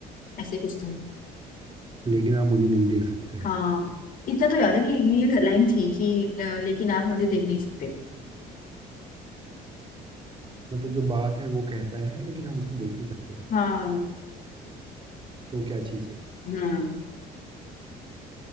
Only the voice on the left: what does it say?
ऐसे कुछ था
हाँ इतना तो याद है कि ये लाइन थी कि अ, लेकिन आप मुझे देख नहीं सकते
हाँ
हाँ